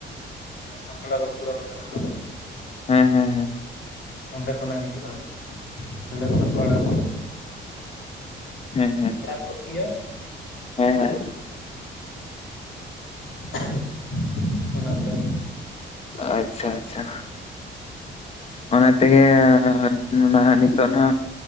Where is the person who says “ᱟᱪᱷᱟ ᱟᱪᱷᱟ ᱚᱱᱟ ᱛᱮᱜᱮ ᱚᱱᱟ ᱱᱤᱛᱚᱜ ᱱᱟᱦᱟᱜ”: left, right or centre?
Left